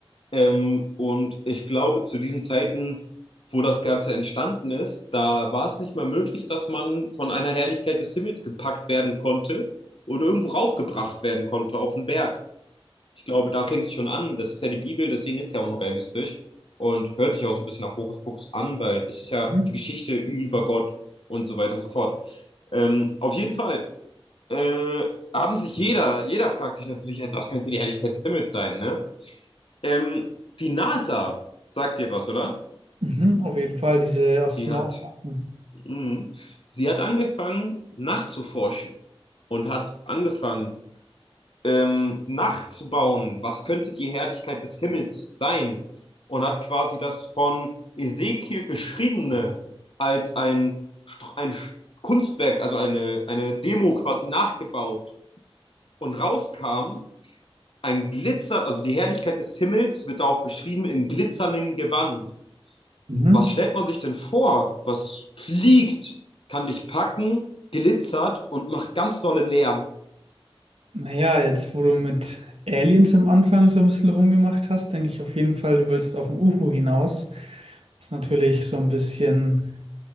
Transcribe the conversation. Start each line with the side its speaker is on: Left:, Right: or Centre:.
Left: Ähm, und ich glaube, zu diesen Zeiten, wo das Ganze entstanden ist, da war es nicht mal möglich, dass man von einer Herrlichkeit des Himmels gepackt werden konnte und irgendwo raufgebracht werden konnte auf den Berg. Ich glaube, da fängt es schon an. Das ist ja die Bibel, deswegen ist es ja unrealistisch und hört sich auch so ein bisschen nach Hokuspokus an, weil es ist ja
Right: Mhm.
Left: die Geschichte über Gott und so weiter und so fort. Ähm, auf jeden Fall äh, haben sich jeder, jeder fragt sich natürlich jetzt, was könnte die Helligkeit des Himmels sein, ne? Ähm, die NASA sagt dir was, oder?
Right: Mhm, auf jeden Fall, diese
Left: Sie
Right: Astronautenakten.
Left: hat, mh, sie hat angefangen nachzuforschen und hat angefangen ähm, nachzubauen, was könnte die Herrlichkeit des Himmels sein und hat quasi das von Ezekiel beschriebene als ein, Str- ein Sch- Kunstwerk, also eine, eine Demo quasi nachgebaut und rauskam, ein Glitzer, also die Herrlichkeit des Himmels wird da auch beschrieben im glitzernden Gewand.
Right: Mhm.
Left: Was stellt man sich denn vor? Was fliegt, kann dich packen, glitzert und macht ganz dolle Lärm.
Right: Naja, jetzt wo du mit Aliens am Anfang so ein bisschen rumgemacht hast, denke ich auf jeden Fall, du willst auf ein UFO hinaus, was natürlich so ein bisschen,